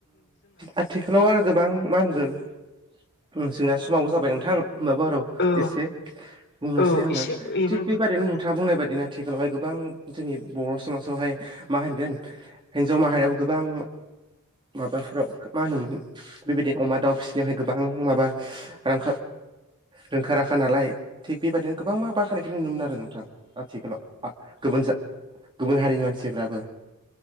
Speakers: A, on the right (about 20°); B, on the left (about 50°).
A: आथिखालाव आरो गोबां मा होनदों जोंना समावबो जाबाय नोंथां होमबाबो र
B: औ
A: एसे बुंनोसै
B: औ
A: आङो
B: एसे एब्लाबो
A: थिग बेबादैनो
B: ओं
A: खोथा बुंनाय बायदिनो आथिखालावहाय गोबां जोंनि बर' समाजावहाय मा होनगोन हिन्जाव माहारियाबो गोबां माबाफ्राव मा होनोमोन बेबायदिनो अमा दाउ फिसिनायावहाय गोबां माबा रां रोंखा राखा नालाय थिग बेबायदिनो गोबां मा बाखानायखौ नुनो मोन आरो नोंथां आथिखालाव गुबन गुबुन हारिनि मानसिफ्राबो